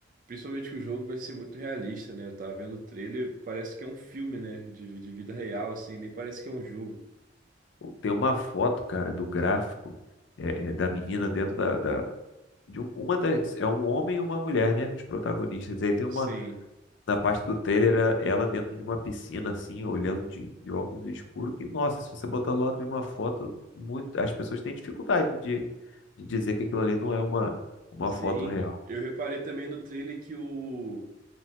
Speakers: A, on the right (about 45°); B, on the left (about 80°).
A: Principalmente que o jogo vai ser muito realista, né? Eu tava vendo o trailer, parece que é um filme, né? De, de vida real, assim, nem parece que é um jogo.
B: Tem uma foto, cara, do gráfico é, é, da menina dentro da, da- de um- uma das, é um homem e uma mulher, né? Os protagonistas. Aí tem uma
A: Sim.
B: na parte do Taylor é ela dentro de uma piscina, assim, olhando de, de óculos escuros, que, nossa, se você botar lá de uma foto, muito, as pessoas têm dificuldade de, de dizer que aquilo ali não é uma, uma
A: Sim,
B: foto real.
A: eu reparei também no trailer que o